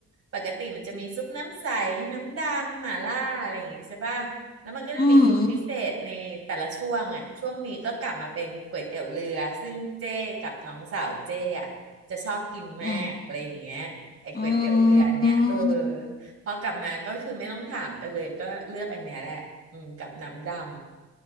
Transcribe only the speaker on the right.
ปกติมันจะมีซุปน้ำใสน้ำดำหม่าล่าอะไรอย่างงี้ใช่ป่ะแล้วมันก็จะมีซุปพิเศษในแต่ละช่วงอ่ะช่วงนี้ก็กลับมาเป็นก๋วยเตี๋ยวเรือซึ่งเจ้กับน้องสาวเจ้อ่ะจะชอบกินมากอะไรอย่างเงี้ยไอ้ก๋วยเตี๋ยวเรืออันเนี้ยเออ
พอกลับมาก็คือไม่ต้องถามกันเลยก็เลือกอันเนี้ยแหละอืมกับน้ำดำ